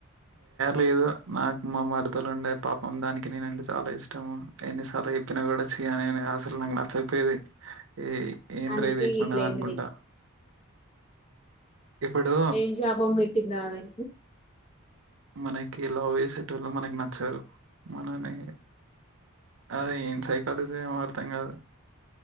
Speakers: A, on the right; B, on the left.
A: లేదు నాకు మా మరదలు ఉండే పాపం దానికి నేనంటే చాలా ఇష్టము ఎన్నిసార్లు. చెప్పిన కుడా అసలు నచ్చట్లేదు. ఏ ఏంట్ర
B: అందుకే
A: ఇది ఎట్లాన్నది
B: ఇట్లయింది
A: అనుకుంటా.
B: మీకు
A: ఇప్పుడు
B: ఏం శాపం పెట్టిందో ఆమె.
A: మనకి లవ్ సెట్ అవనలకి నాచ్చ. వచ్చారు మనని అదే ఏం సైకాలజీ ఏమో అర్థం కాదు.